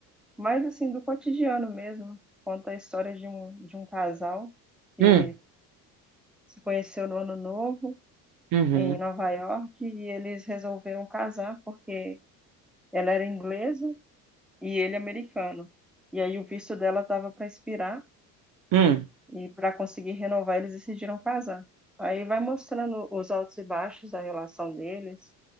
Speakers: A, in the centre; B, on the right (about 40°).
A: mais assim do cotidiano mesmo. Conta a história de um, de um casal que
B: Hum,
A: se conheceu no Ano Novo
B: uhum.
A: em Nova York e eles resolveram casar porque ela era inglesa e ele americano. E aí o visto dela estava para expirar.
B: Hum.
A: E para conseguir renovar, eles decidiram casar. Aí vai mostrando os altos e baixos da relação deles.